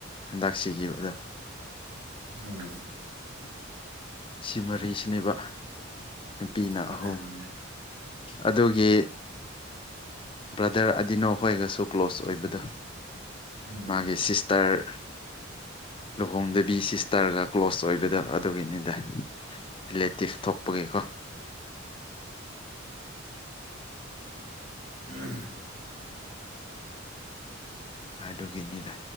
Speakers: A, on the left; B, on the right.
A: ꯍꯟꯗꯛ ꯁꯤꯈꯤꯕꯗ
B: ꯎꯨꯝ
A: ꯁꯤ ꯃꯔꯤꯁꯤꯅꯦꯕ ꯅꯨꯄꯤꯅ
B: ꯃꯥꯅꯦ
A: ꯑꯍꯨꯝ
B: ꯃꯥꯅꯦ
A: ꯑꯗꯨꯒꯤ ꯕ꯭ꯔꯗꯔ ꯑꯗꯤꯅꯣ ꯍꯣꯏꯒꯁꯨ ꯀ꯭ꯂꯣꯁ ꯑꯣꯏꯕꯗꯣ
B: ꯎꯝ
A: ꯃꯥꯒꯤ ꯁꯤꯁꯇꯔ ꯂꯨꯍꯣꯡꯗꯕꯤ ꯁꯤꯁꯇꯔꯒ ꯀ꯭ꯂꯣꯁ ꯑꯣꯏꯕꯗꯣ ꯑꯗꯨꯒꯤꯅꯤꯗ ꯔꯤꯂꯦꯇꯤꯞ ꯊꯣꯛꯄꯒꯤꯀꯣ
B: ꯎꯨꯝꯍ
A: ꯑꯗꯨꯒꯤꯅꯤꯗ